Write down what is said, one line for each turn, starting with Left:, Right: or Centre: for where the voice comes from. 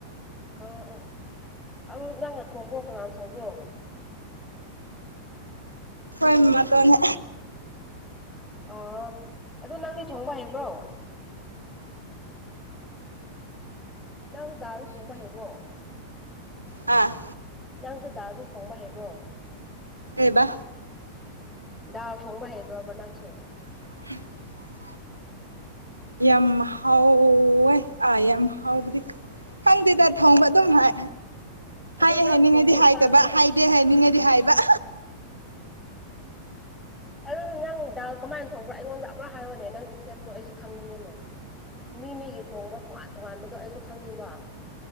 Left: ꯑꯣ ꯑꯣ ꯑꯗꯨ ꯅꯪꯅ ꯊꯣꯡꯕ꯭ꯔꯣ ꯀꯅꯥꯅ ꯊꯣꯡꯕ꯭ꯔꯣ
Right: ꯍꯣꯏ ꯃꯇꯣꯟꯅꯦ
Left: ꯑꯥ ꯑꯗꯨ ꯅꯪꯗꯤ ꯊꯣꯡꯕ ꯍꯩꯕ꯭ꯔꯣ ꯅꯪꯁꯨ ꯗꯥꯜꯁ ꯊꯣꯡꯕ ꯍꯥꯏꯩꯕ꯭ꯔꯣ
Right: ꯑ
Left: ꯅꯪꯁꯨ ꯗꯥꯗꯤ ꯁꯣꯡꯕ ꯍꯩꯕ꯭ꯔꯣ
Right: ꯑꯦꯕꯥ
Left: ꯗꯥꯥꯛ ꯊꯣꯡꯕ ꯍꯩꯕ꯭ꯔꯣ ꯕꯠ ꯅꯪꯁꯨ
Right: <inaudible> ꯌꯥꯝ ꯍꯥꯎ ꯑ ꯌꯥꯝ ꯍꯥꯎ ꯈꯪꯗꯦꯗ ꯊꯣꯡꯕ ꯑꯗꯨꯝ ꯍꯥꯏ
Left: ꯑꯗꯨ
Right: ꯍꯥꯏꯌꯦꯦ
Left: ꯅꯪ
Right: ꯍꯥꯏꯅꯤꯡꯉꯗꯤ
Left: ꯊꯣꯡꯕ ꯏꯁꯇꯥꯏꯜꯗꯣ
Right: ꯍꯥꯏꯗꯕ ꯍꯥꯏꯗꯦ ꯍꯥꯏꯅꯤꯡꯉꯗꯤ ꯍꯥꯏꯕ
Left: ꯑꯗꯨ ꯅꯪ ꯗꯥ ꯀꯃꯥꯏꯅ ꯊꯣꯡꯕ꯭ꯔꯣ ꯑꯩꯉꯣꯟꯗ ꯑꯃ ꯍꯥꯏꯔꯣꯅꯦ ꯅꯪꯒꯤ ꯁꯇꯦꯠꯇꯣ ꯑꯩꯁꯨ ꯈꯪꯅꯤꯡꯉꯦꯅꯦ ꯃꯤ ꯃꯤꯒꯤ ꯊꯣꯡꯕ ꯇꯣꯉꯥꯟ ꯇꯣꯉꯥꯟꯕꯗꯣ ꯑꯩꯁꯨ ꯈꯪꯅꯤꯡꯕ